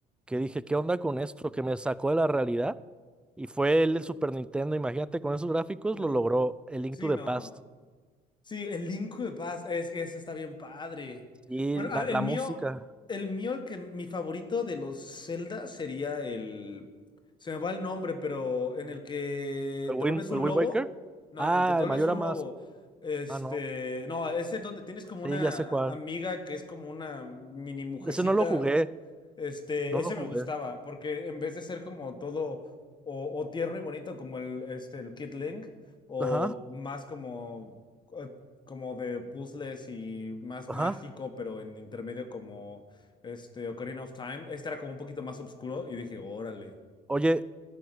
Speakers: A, in the centre; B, on the left.
A: que dije, ¿qué onda con esto? Que me sacó de la realidad. Y fue el del Super Nintendo. Imagínate, con esos gráficos
B: Uh,
A: lo logró el Link
B: Sí,
A: to the
B: no.
A: Past.
B: Sí, el Link de Paz, es que ese está bien padre.
A: Y
B: Bueno,
A: la,
B: ah,
A: la
B: el mío,
A: música.
B: el mío, el que mi favorito de los Zelda sería el. Se me va el nombre, pero en el que
A: ¿El
B: te
A: Wind,
B: vuelves un
A: el Wind
B: lobo.
A: Waker?
B: No,
A: Ah,
B: en el que te
A: el
B: vuelves
A: Mayor
B: un
A: Mask.
B: lobo. Este.
A: Ah, no.
B: No, ese donde tienes como una
A: Sí, ya sé cuál.
B: a- amiga que es como una mini mujercita
A: Ese no lo jugué,
B: este,
A: no
B: ese
A: lo jugué.
B: me gustaba, porque en vez de ser como todo o, o tierno y bonito como el, este, el Kid Link, o
A: Ajá,
B: más como, eh, como de puzzles y más
A: ajá.
B: mágico, pero en intermedio como este Ocarina of Time, este era como un poquito más oscuro y dije, órale.
A: Oye,